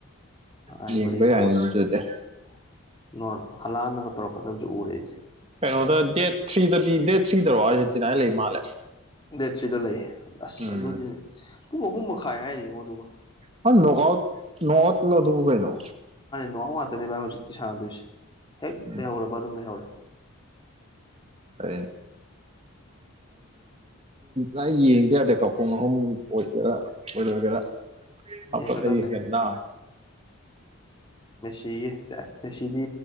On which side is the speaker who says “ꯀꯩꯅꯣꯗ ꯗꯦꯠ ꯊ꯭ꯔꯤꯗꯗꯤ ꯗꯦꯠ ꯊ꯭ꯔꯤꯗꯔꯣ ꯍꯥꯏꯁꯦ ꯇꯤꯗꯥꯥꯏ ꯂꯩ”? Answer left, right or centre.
Right